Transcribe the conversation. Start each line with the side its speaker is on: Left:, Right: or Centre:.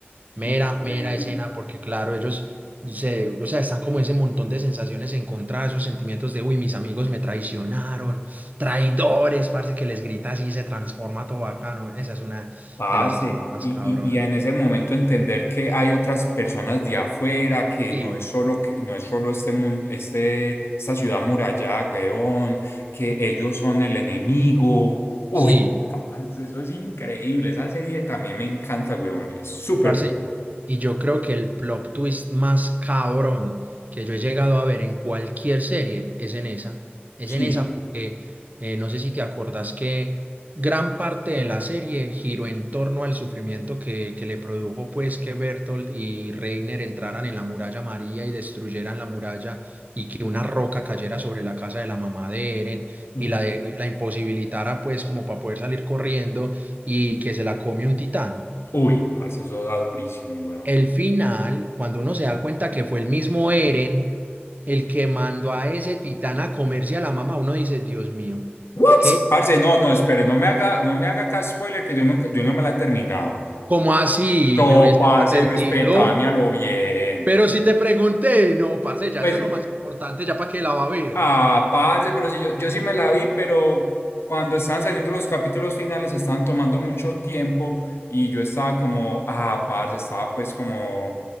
Right: Mera,
Left: Increíble.
Right: mera escena, porque claro, ellos se, o sea, están como ese montón de sensaciones encontradas, esos sentimientos de, uy, mis amigos me traicionaron, traidores, parece que les grita así y se transforma todo bacano. Esa es una
Left: Parce,
Right: de las escenas más
Left: y,
Right: cabronas.
Left: y, y en ese momento entender que hay otras personas de afuera, que
Right: Sí.
Left: no es solo, que, no es solo este mundo, este, esta ciudad muralla weón, que ellos son el enemigo. Uy,
Right: Sí,
Left: parce, eso es increíble. Esa serie también me encanta, weón. Es súper
Right: Parce,
Left: bueno.
Right: y yo creo que el plot twist más cabrón que yo he llegado a ver en cualquier serie es en esa. Es
Left: Sí.
Right: en esa porque eh, no sé si te acordás que gran parte de la serie giró en torno al sufrimiento que, que le produjo pues que Bertolt y Reiner entraran en la muralla María y destruyeran la muralla y que una roca cayera sobre la casa de la mamá de Eren
Left: ujú.
Right: y la, de- la imposibilitara pues como para poder salir corriendo y que se la come un titán.
Left: Uy, parce, eso da durísimo, weón.
Right: El final, cuando uno se da cuenta que fue el mismo Eren el que mandó a ese titán a comerse a la mamá, uno dice, Dios mío,
Left: What?
Right: ¿qué?
Left: Parce, no, no, espere, no me haga, no me haga acá spoiler que yo nunca, yo no me la he terminado.
Right: ¿Cómo así?
Left: No,
Right: Me hubieses
Left: parce,
Right: advertido.
Left: respetame a lo bien.
Right: Pero si te pregunté, no, parce, ya
Left: Pues,
Right: eso es lo más importante, ya para qué la va a ver.
Left: ah, parce, pero si yo, yo sí me la vi, pero cuando estaban saliendo los capítulos finales estaban tomando mucho tiempo y yo estaba como, ah, parce, estaba pues como,